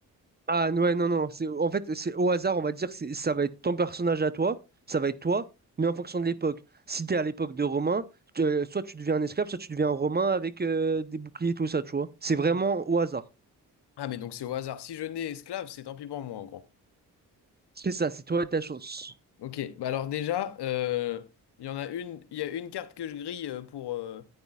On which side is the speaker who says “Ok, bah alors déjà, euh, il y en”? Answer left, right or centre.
Left